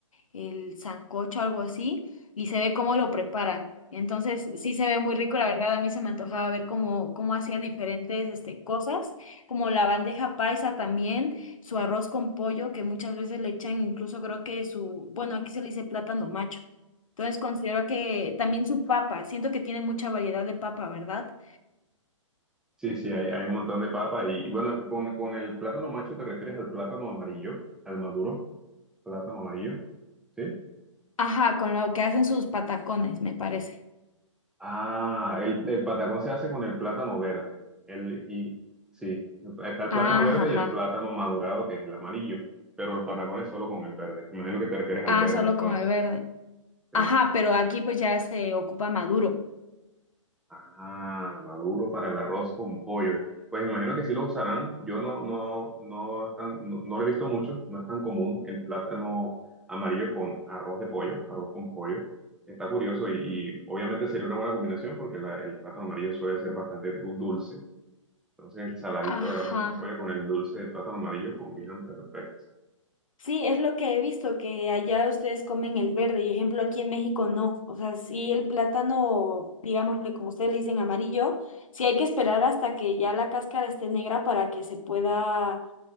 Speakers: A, on the left (about 80°); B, in the centre.
A: el sancocho, algo así, y se ve cómo lo preparan. Entonces, sí se ve muy rico, la verdad, a mí se me antojaba ver cómo, cómo hacían diferentes este, cosas, como la bandeja paisa también, su arroz con pollo, que muchas veces le echan incluso creo que su, bueno, aquí se le dice plátano macho. Entonces considero que también su papa, siento que tiene mucha variedad de papa, ¿verdad?
B: Sí, sí, hay, hay un montón de papa y, y bueno, con, con el plátano macho te refieres al plátano amarillo, al maduro, plátano amarillo, ¿sí?
A: Ajá, con lo que hacen sus patacones, me parece.
B: Ah, el, el patacón se hace con el plátano verde. El, y, sí, está el
A: Ajá,
B: plátano verde
A: ajá.
B: y el plátano madurado, que es el amarillo. Pero el patacón es solo con el verde. Me imagino que te refieres al
A: Ah,
B: verde
A: solo
B: entonces.
A: con el verde.
B: Sí.
A: Ajá, pero aquí pues ya se ocupa maduro.
B: Ah, maduro para el arroz con pollo. Pues me imagino que sí lo usarán. Yo no, no, no, es tan- no, no lo he visto mucho. No es tan común el plátano amarillo con arroz de pollo, arroz con pollo. Está curioso y, y obviamente sería una buena combinación porque la- el plátano amarillo suele ser bastante dulce. Entonces el saladito
A: Ajá.
B: del arroz con pollo con el dulce del plátano amarillo combinan perfecto.
A: Sí, es lo que he visto, que allá ustedes comen el verde, y ejemplo aquí en México no. O sea, sí el plátano, digámosle como ustedes le dicen amarillo, sí hay que esperar hasta que ya la cáscara esté negra para que se pueda